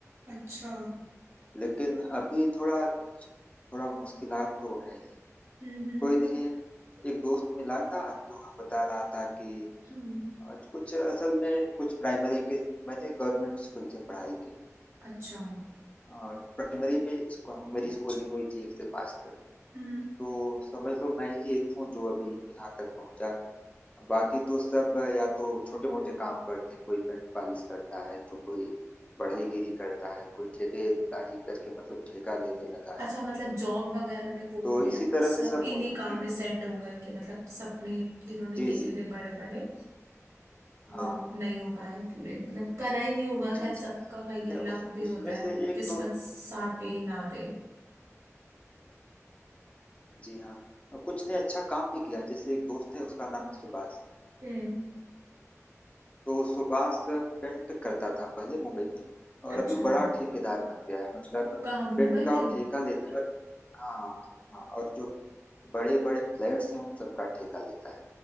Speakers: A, on the right; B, on the left.
A: अच्छा
B: लेकिन अभी थोड़ा थोड़ा मुश्किलात तो है ही
A: हम्म हम्म
B: कोई नहीं एक दोस्त मिला था तो वह बता रहा था कि
A: हम्म,
B: आज कुछ असल में कुछ प्राइमरी के मैंने गवर्नमेंट स्कूल से पढ़ाई की
A: अच्छा
B: और प्राइमरी में इसको मेरी स्कूलिंग हुई थी एक से पाँच तक
A: हम्म
B: तो समझ लो मैं ही एक हूँ जो अभी यहाँ तक पहुंचा बाकी तो सब या तो छोटे मोटे काम करते हैं कोई पेंट पॉलिश करता है तो कोई बढ़ईगिरी करता है कोई ठेकेदारी करके मतलब ठेका लेने लगा
A: अच्छा
B: है
A: मतलब जॉब वगैरह में कोई
B: तो
A: नहीं
B: इसी
A: है
B: तरह
A: सब
B: से सब
A: इन्हीं
B: मौसम
A: काम
B: के
A: में सेट हो गए कि मतलब सपने जिन्होंने
B: जी
A: देखे
B: जी
A: थे बड़े बड़े
B: हाँ
A: वो नहीं हो पाए हैं पूरे मतलब करा ही नहीं होगा
B: जी
A: खैर सबका
B: जी
A: वही है
B: ने उस,
A: लक भी होता
B: उसमें से
A: है
B: एक
A: किस्मत
B: दोस्त
A: साथ दे ना दे
B: जी हाँ कुछ ने अच्छा काम भी किया जैसे एक दोस्त है उसका नाम है सुभाष
A: हम्म
B: तो सुभाष पेंट करता था पहले मुंबई में
A: अच्छा
B: और अभी वो बड़ा ठेकेदार बन गया है मतलब
A: कहाँ मुंबई
B: पेंट
A: में
B: का वो ठेका लेता है हाँ हाँ और जो बड़े बड़े फ्लैट्स हैं उन सबका ठेका लेता है